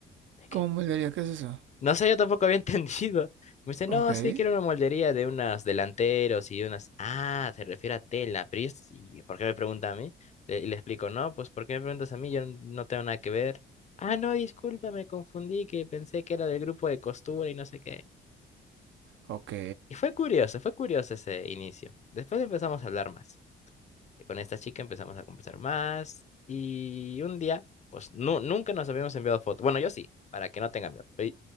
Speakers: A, on the left; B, on the right.
A: ¿De qué?
B: ¿Cómo moldearía? ¿Qué es eso?
A: No sé, yo tampoco había <laughs> entendido. Me dice, no,
B: Ok.
A: sí, quiero una moldería de unos delanteros y unas... Ah, se refiere a tela, pero yo s- ¿y por qué me pregunta a mí? Le- Y le explico, no, pues ¿por qué me preguntas a mí? Yo n- no tengo nada que ver. Ah, no, disculpa, me confundí, que pensé que era del grupo de costura y no sé qué.
B: Ok.
A: Y fue curioso, fue curioso ese inicio. Después empezamos a hablar más. eh, Con esta chica empezamos a conversar más y un día, pues nu- nunca nos habíamos enviado foto. Bueno, yo sí, para que no tengan miedo. pero